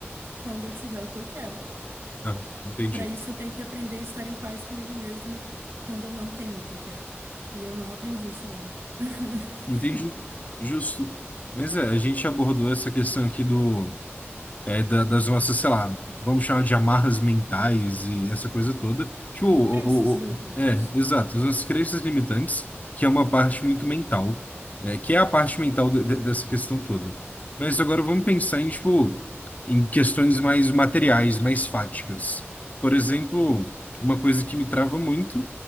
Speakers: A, on the right; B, on the left.
A: quando eu tiver o que eu quero.
B: Ah, entendi.
A: E para isso eu tenho que aprender a estar em paz comigo mesma quando eu não tenho o que eu quero. E eu não aprendi isso ainda. <laughs>
B: Entendi. Justo. Mas é, a gente abordou essa questão aqui do. É, da- das nossas, sei lá, vamos chamar de amarras mentais e essa coisa toda. Tipo, o,
A: Crenças limitantes.
B: o- o- é, exato, as nossas crenças limitantes, que é uma parte muito mental, né, que é a parte mental de- de- dessa questão toda. Mas agora vamos pensar em, tipo, em questões mais materiais, mais fáticas. Por exemplo, uma coisa que me trava muito,